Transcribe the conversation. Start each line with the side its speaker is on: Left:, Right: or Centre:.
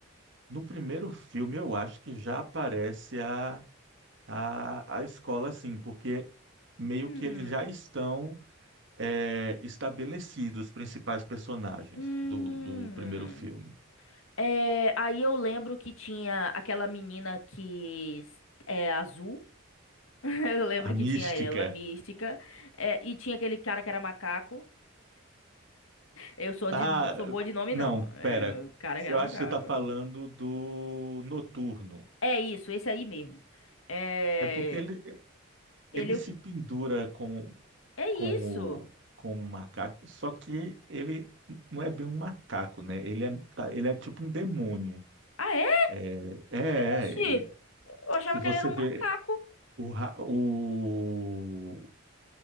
Right: No primeiro filme, eu acho que já aparece a, a, a escola, assim, porque meio
Left: Hum.
Right: que eles já estão é, estabelecidos, os principais personagens
Left: Hum.
Right: do, do primeiro filme.
Left: É, aí eu lembro que tinha aquela menina que s- é azul. <laughs> Eu lembro
Right: A mística.
Left: que tinha ela, mística, é, e tinha aquele cara que era macaco. Eu sou
Right: Ah,
Left: de, não sou boa de nome,
Right: não,
Left: não. É,
Right: pera.
Left: o cara que era
Right: Eu acho
Left: macaco.
Right: que você está falando do Noturno.
Left: É isso, esse aí mesmo. É,
Right: É porque ele, ele
Left: ele é
Right: se
Left: o quê?
Right: pendura como
Left: É isso.
Right: como como um macaco, só que ele não é bem um macaco, né? Ele é, tá- ele é tipo um demônio.
Left: Ah, é?
Right: É, é,
Left: Oxi!
Right: é, e
Left: Eu achava
Right: se você
Left: que ele era um
Right: vê
Left: macaco.
Right: o, ra- o,